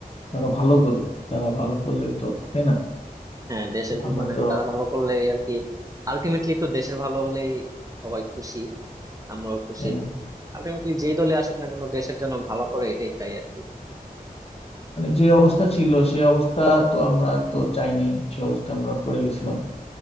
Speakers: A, on the left; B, on the right.
A: তারা ভালো করুক তারা ভালো করলে তো তাই না
B: হ্যাঁ দেশের
A: আমরা
B: মানে
A: তো
B: তারা ভালো করলে আর কি আলটিমেটলি তো দেশের ভালো হলেই সবাই খুশি আমরাও খুশি
A: আহ,
B: আলটিমেটলি যেই দলে আসুক না কেন দেশের জন্য ভালো করে এটাই চাই আর কি
A: মানে যে অবস্থা ছিল সে অবস্থা তো আমরা তো চাই নাই সে অবস্থা আমরা পড়ে গেছিলাম